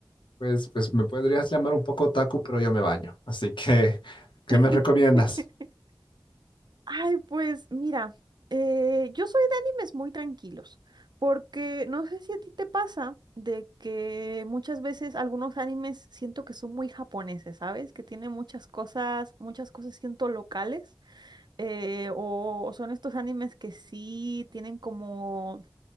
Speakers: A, on the left; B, on the right.
A: Pues, pues me podrías llamar un poco otaku, pero yo me baño. Así que, <laughs> ¿qué
B: <laughs>
A: me recomiendas?
B: Ay, pues mira, eh, yo soy de animes muy tranquilos, porque no sé si a ti te pasa de que muchas veces algunos animes siento que son muy japoneses, ¿sabes? Que tienen muchas cosas, muchas cosas siento locales, eh, o, o son estos animes que sí tienen como,